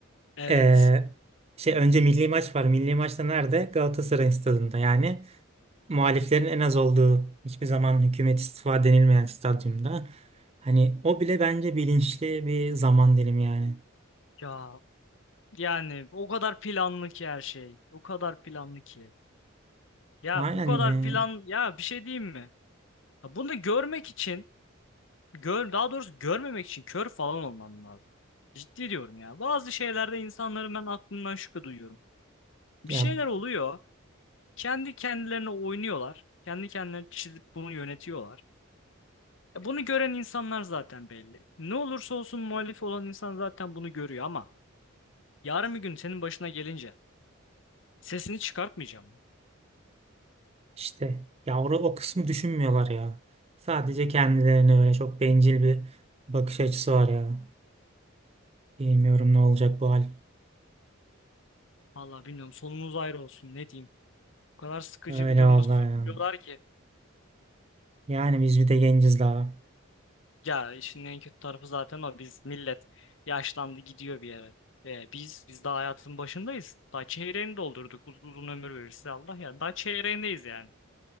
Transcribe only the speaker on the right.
eee, şey önce milli maç var. Milli maçta nerede? Galatasaray stadında. Yani muhaliflerin en az olduğu, hiçbir zaman hükümet istifa denilmeyen stadyumda. Hani o bile bence bilinçli bir zaman dilimi yani.
Aynen
yani
ya
İşte ya yavru o kısmı düşünmüyorlar ya. Sadece kendilerine öyle çok bencil bir bakış açısı var ya. Bilmiyorum ne olacak bu hal.
Öyle
vallahi
ya.
Yani biz bir de genciz daha.